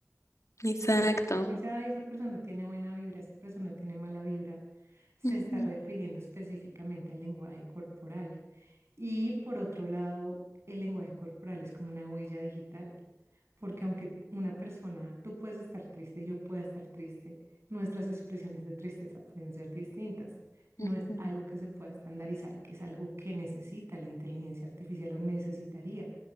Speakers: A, on the left; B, on the right.
A: Exacto.
B: Que cuando uno dice, ay, esa persona tiene buena vibra, esa persona tiene mala vibra, se
A: Ujú,
B: está refiriendo específicamente al lenguaje corporal. Y por otro lado, el lenguaje corporal es como una huella digital, porque aunque una persona, tú puedes estar triste, yo pueda estar triste, nuestras expresiones de tristeza pueden ser distintas. No
A: ujú.
B: es algo que se pueda estandarizar, que es algo que necesita la inteligencia artificial o necesitaría